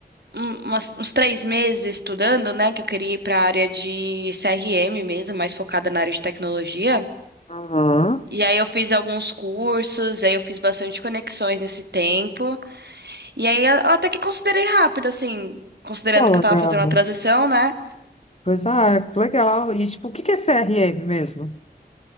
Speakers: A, on the right (about 75°); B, on the left (about 40°).
A: um- umas- uns três meses estudando, né? Que eu queria ir pra área de CRM mesmo, mais focada na área de tecnologia.
B: Aham.
A: E aí eu fiz alguns cursos, aí eu fiz bastante conexões nesse tempo. E aí eu até que considerei rápido, assim, considerando
B: Pô,
A: que eu tava
B: legal.
A: fazendo uma transição, né?
B: Pois ah, que legal. E tipo, o que que é CRM mesmo?